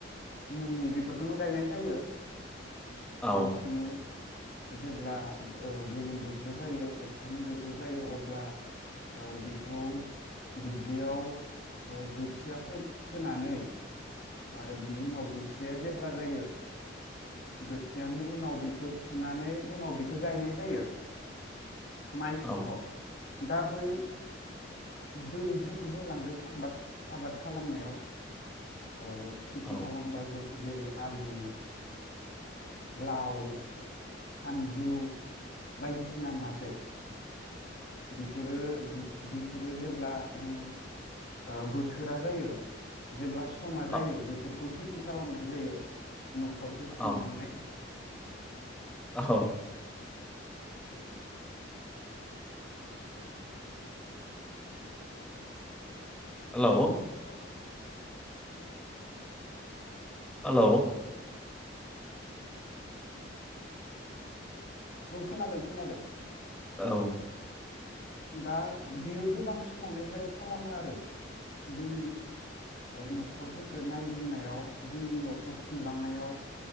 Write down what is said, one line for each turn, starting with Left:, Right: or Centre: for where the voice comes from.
Left: मुनि बेफोरखौनो गायनाय जायो‌‌।
Centre: औ
Left: बांसिनै औ जेब्ला ओ गोलोम बोथोर जायो अखानि बोथोर जायो अब्ला ओ बेखौ दुब्लियाव ओ गोथिया फो फोनानै आरो बिनि उनाव गोथिया जेब्ला जायो गोथियानि उनाव बिखो फुनानै उनाव बिखो गायनाय जायो। माइ
Centre: औ
Left: फुथ' दा बै दै जिखौ बुंलांदों आबाद आबाद खालामनायाव ओ खिथि
Centre: औ औ
Left: खालामबा जेब जेरै आलु लाव फानलु बायदिसिना नङासै बिफोरो बि बिफोरो जेब्ला उम ओ बोथोरा जायो जेब्लास समा
Centre: औ
Left: जायो बिफोरखौ खि थि खालामनाय जायो न'खर खुंलांनाय
Centre: औ औ
Left: औ
Centre: औ हेलौ
Left: <inaudible>
Centre: हालौ
Left: औ खोनादों खोनादों।
Centre: औ
Left: दा बियो गोबां समावनो हेल्प खालामो आरो जोंनि ओ न'खरफोरखो नायदिननायाव जोंनि न'खर खुंलांनायाव